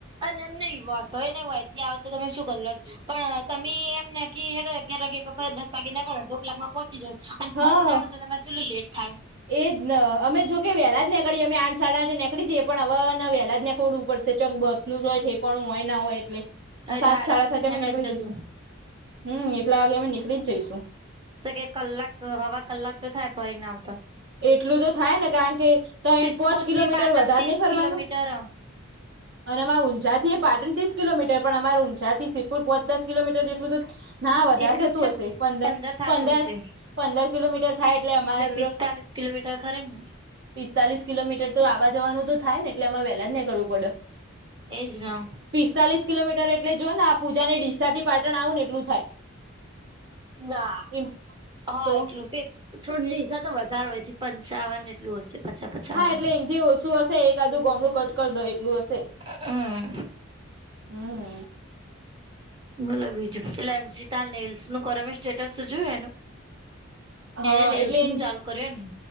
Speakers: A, on the right (about 25°); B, on the right (about 60°).
A: અને એમ નહીં હોતો હોય નહી હોય એથી આવ તો તમે શું કર લો પણ તમે એમ નકી હેર અગિયાર વાગે દસ વાગે નકળો દસ ક્લાકમાં પહોંચી જ અને
B: હા
A: ફરીને આવે તો તમને કેટલું લેટ થાય
B: એજ ન અમે જો કે વેહેલા જ નીકળીએમે આઠ સાડા આઠ નીકળી જઈએ પણ હવ વેહલા જ નેકવડું ઉપડશે ચોક બસ નું હોય ઠેકોણું હોય ના હોય એટલે
A: એટલે
B: સાત
A: હાડા
B: સાડા
A: આઠે
B: સાત અમે નીકળી
A: જજો
B: જઈશું હમ એટલા વાગે અમે નીકળી જ જઈશું
A: સકે કલાક હવા કલાક તો થાય પરિણામ
B: એટલું તો થાય ને કારણ કે તય
A: સિદ્ધપુર
B: પોચ કિલોમીટર
A: થી પાટણ
B: વધારે
A: ત્રીસ
B: ની ફરવાનું
A: કિલોમીટર
B: અને અમારા ઊંઝા થી એ પાટની ત્રીસ કિલોમીટર પણ અમાર ઊંઝાથી સિદપુર પોચ દસ કિલોમીટર જેટલું તો ના વધાર
A: એટલું
B: થતું
A: જ છે
B: હશે પંદર
A: થાતું
B: પંદર
A: હશે
B: પંદર કિલોમીટર થાય એટલે અમાર
A: પિસ્તાલીસ કિલોમીટર ખરે ને
B: પિસ્તાલીસ કિલોમીટર તો આવા જવાનું તો થાય ને એટલે અમાં વહેલા જ નીકળવું પડે
A: એજ ને
B: પિસ્તાલીસ કિલોમીટર એટલે જોય ને આ પૂજાને ડીસાથી પાટણ આવું ને એટલું થાય
A: ના
B: એમ
A: હા
B: તો
A: એટલું સે થોડું લિસ તો વધારો એથી પંચાવન એટલું હશે પચા પચાવન
B: હા એટલે એનથ ઓછું હશે એક આદું ગોમડું કટ કરી દો એટલુ હશે
A: હા
B: હમ
A: બોલો બીજું એટલે <unintelligible> નું કરમે સ્ટેટસ જોય એનું
B: હા
A: એને નેલ્સ
B: એટલે
A: નું
B: એન
A: ચાલુ કર્યું ને